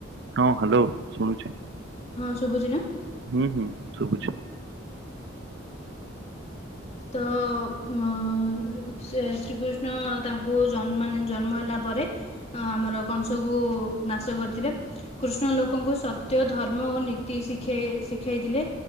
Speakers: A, on the right; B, on the left.
A: ହଁ ହାଲୋ ଶୁଣୁଛି।
B: ହଁ ଶୁଭୁଛି ନା।
A: ହୁଁ -ହୁଁ ଶୁଭୁଛି।
B: ତ ମ ସେ ଶ୍ରୀକୃଷ୍ଣ ତାଙ୍କୁ ଜନ୍ମ ମାନେ ଜନ୍ମ ହେଲା ପରେ। ହଁ ଆମର କଂସକୁ ନାଶ କରିଥିଲେ। କୃଷ୍ଣ ଲୋକଙ୍କୁ ସତ୍ୟ, ଧର୍ମ ଓ ନୀତି ଶିଖାଇ ଶିଖାଇଥିଲେ।